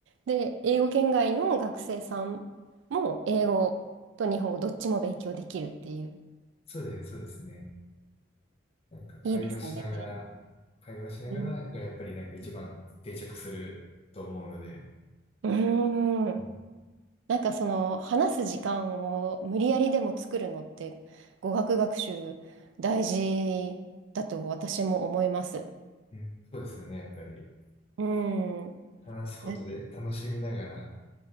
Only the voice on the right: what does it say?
で、英語圏外の学生さんも英語と日本語どっちも勉強できるっていう。
いいですね。
うん。うーん。
なんかその話す時間を無理やりでも作るのって語学学習大事だと私も思います。
うん。
え